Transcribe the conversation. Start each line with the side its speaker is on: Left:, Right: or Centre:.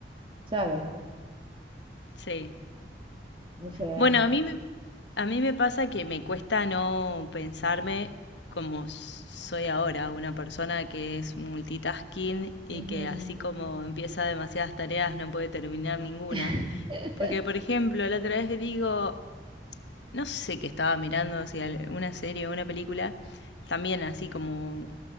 Right: ¿sabes?
Left: Sí.
Right: O sea,
Left: Bueno, a mí me, a mí me pasa que me cuesta no pensarme como soy ahora, una persona que es multitasking y
Right: ujú.
Left: que así como empieza demasiadas tareas no puede terminar ninguna.
Right: <laughs>
Left: Porque, por ejemplo, la otra vez digo, no sé qué estaba mirando, si una serie o una película, también así como